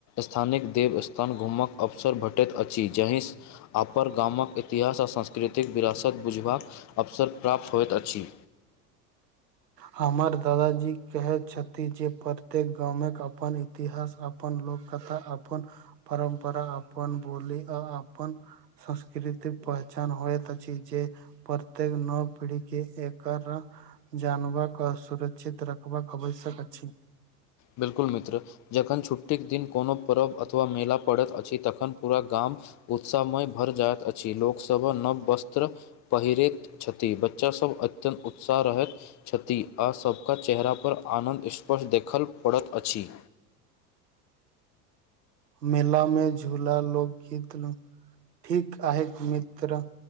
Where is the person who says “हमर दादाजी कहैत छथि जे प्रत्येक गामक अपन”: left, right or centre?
Right